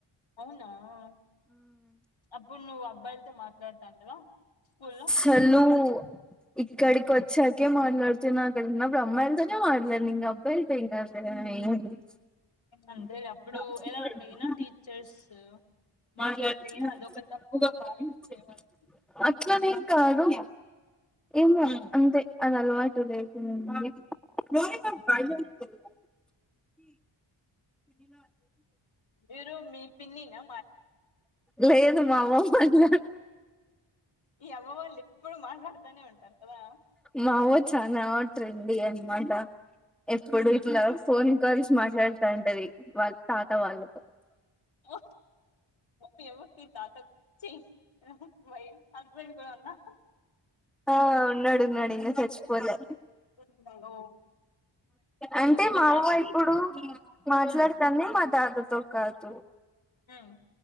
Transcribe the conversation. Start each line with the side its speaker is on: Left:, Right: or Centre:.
Left: <unintelligible> అప్పుడు నువ్వు అబ్బాయిలతో మాట్లాడుతాంటవా స్కూ లో
Centre: హలో ఇక్కడికి వచ్చాకే మాట్లాతునా అక్కడ ఉన్నప్పుడు అమ్మాయిల తో నే మాట్లాడాను ఇంకా అబ్బాయి తో అ
Left: అంతేలే అప్పుడు
Centre: ఏంది
Left: ఎలా అంటే గిన టీచర్స్
Centre: <unintelligible>
Left: మాట్లాడితే గిన అదొక తప్పుగా భావించేవాళ్ళు
Centre: అట్లానేం కాదు ఏమో
Left: ఉమ్.
Centre: అంతే అది అలవాటు లేదు మ మ బ
Left: మీరు మీ పిన్ననా
Centre: లేదు మామ మాట్లాడు
Left: ఈ అవ్వ వాళ్ళు ఎప్పుడు మాట్లాడుతనే ఉంటారు కదా
Centre: మావో చానా నాట్ రెడీ అనమాట ఎప్పుడు ఇట్లా ఫోన్ కాల్స్ మాట్లాడుతా ఉంటది వాళ్ తాత వాళ్ళతో
Left: ఓ ఓకే ఓకే తాతచ్చి వై హస్బెండ్ కూడా అన్నా
Centre: ఆ ఉన్నాడు ఉన్నాడు ఇంకా చచ్చిపోలే
Left: ఉండాలి
Centre: అంటే
Left: మీ
Centre: మా
Left: తాత
Centre: అవ్వ ఇప్పుడు
Left: ఉమ్
Centre: మాట్లాడతంది మా తాత్తో కాదు
Left: ఉమ్